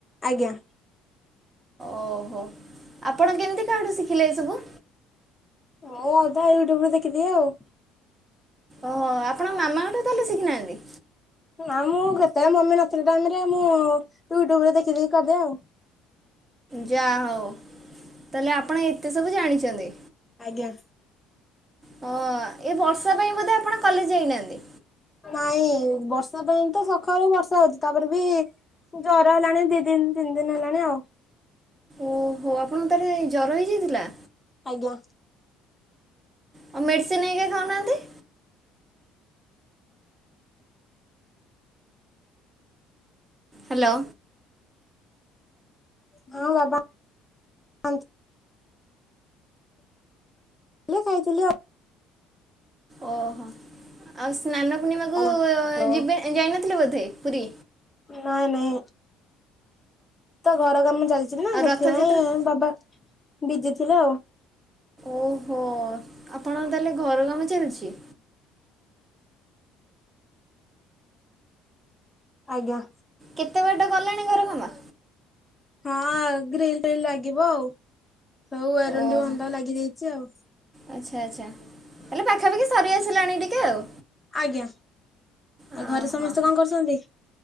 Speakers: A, on the left; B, on the right.
A: ଆଜ୍ଞା।
B: ଓହୋ ଆପଣ କେମିତି କାହାଠୁ ଶିଖିଲେ ଏସବୁ?
A: ମୁଁ ଅଧା ୟୁଟ୍ୟୁବରୁ ଦେଖିଦିଏ ଆଉ।
B: ଓହୋ ଆପଣ ମାମାଙ୍କଠୁ ତାହେଲେ ଶିଖିନାହାନ୍ତି?
A: ନା ମୁଁ କେତେବେଳେ ମମି ନଥିଲା ଟାଇମ୍ ରେ ମୁଁ ୟୁଟ୍ୟୁବରୁ ଦେଖି ଦେଖି କରିଦିଏ ଆଉ।
B: ଯା ହଉ ତାହେଲେ ଆପଣ ଏତେ ସବୁ ଜାଣିଛନ୍ତି।
A: ଆଜ୍ଞା।
B: <unintelligible> ଏ ବର୍ଷା ପାଇଁ ବୋଧେ ଆପଣ କଲେଜ ଯାଇନାହାନ୍ତି?
A: ନାଇଁ ବର୍ଷା ପାଇଁ ତ ସଖାଳୁ ବର୍ଷା ହୋଉଚି ତାପରେ ବି ଜର ହେଲାଣି ଦି ଦିନ ତିନି ଦିନ ହେଲାଣି ଆଉ।
B: ଓହୋ ଆପଣଙ୍କୁ ତାହେଲେ ଜର ହେଇଯାଇଥିଲା?
A: ଆଜ୍ଞା।
B: ଆଉ ମେଡ଼ିସିନ ନେଇକି ଖାଉନାହାନ୍ତି। ହାଲୋ।
A: ହଁ ହଁ। <unintelligible> <unintelligible>
B: ଓହୋ ଆଉ ସ୍ନାନପୂର୍ଣ୍ଣିମାକୁ
A: ଆଜ୍ଞା ହ୍ୟାଲୋ।
B: ଯିବେ ଯାଇନଥିଲେ ବୋଧେ ପୁରୀ?
A: ନାଇଁ ନାଇଁ ତ ଘର କାମ ଚାଲ ଚିନା
B: ଆଉ
A: ସେଥିପାଇଁ
B: ରଥଯାତ୍ରା
A: ଆଉ ବାବା ବିଜି ଥିଲେ ଆଉ।
B: ଓହୋ ଆପଣ ତାହେଲେ ଘର କାମ ଚାଲିଛି?
A: ଆଜ୍ଞା।
B: କେତେ ବାଟ ଗଲାଣି ଘର କାମ?
A: ହଁ ଗ୍ରୀଲ ଫିଲ ଲାଗିବ ଆଉ, ଆଉ ଏରୁଣ୍ଡି
B: ଓହୋ
A: ବନ୍ଧ ଲାଗିଯାଇଛି ଆଉ।
B: ଆଚ୍ଛା ଆଚ୍ଛା ହେଲେ ପାଖାପାଖି ସରିଆସିଲାଣି ଟିକେ ଆଉ।
A: ଆଜ୍ଞା
B: ଓହୋ।
A: ଆଉ ଘରେ ସମସ୍ତେ କଣ କରୁଛନ୍ତି?